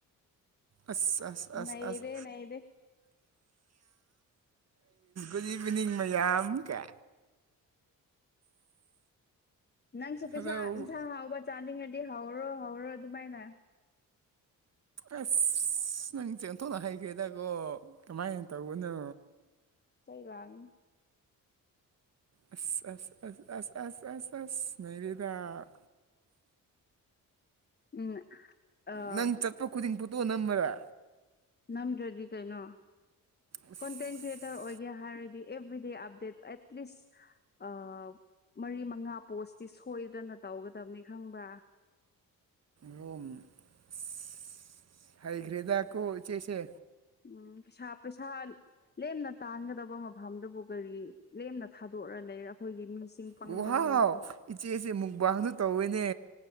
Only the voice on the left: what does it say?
ꯅꯩꯔꯦ
ꯅꯩꯔꯦ
ꯅꯪꯁꯨ
ꯄꯩꯁꯥ ꯌꯦꯟꯁꯥꯡ ꯍꯥꯎꯕ ꯆꯥꯅꯤꯡꯉꯗꯤ ꯍꯧꯔꯣ ꯍꯧꯔꯣ ꯑꯗꯨꯃꯥꯏꯅ
ꯁꯩ ꯂꯒꯅꯤ
ꯎꯝ ꯑꯥ
ꯅꯝꯗ꯭ꯔꯗꯤ ꯀꯩꯅꯣ
ꯀꯣꯟꯇꯦꯟ ꯀ꯭ꯔꯤꯌꯦꯇꯔ ꯑꯣꯏꯒꯦ ꯍꯥꯏꯔꯗꯤ ꯑꯦꯕ꯭ꯔꯤꯗꯦ ꯑꯞꯗꯦꯠ ꯑꯦꯠꯂꯤꯁ ꯑ ꯃꯔꯤ ꯃꯉꯥ ꯄꯣꯁꯇꯤ ꯁꯣꯏꯗꯅ ꯇꯧꯒꯗꯕꯅꯤ ꯈꯪꯕ꯭ꯔꯥ
ꯎꯝ ꯄꯩꯁꯥ ꯄꯩꯁꯥ ꯂꯦꯝꯅ ꯇꯥꯟꯒꯗꯕ ꯃꯐꯝꯗꯨꯕꯨ ꯀꯔꯤ ꯂꯦꯝꯅ ꯊꯥꯗꯣꯛꯔ ꯂꯩꯔ ꯑꯩꯈꯣꯏꯒꯤ ꯃꯤꯁꯤꯡ ꯄꯪꯕꯒꯤꯅꯤꯗꯣ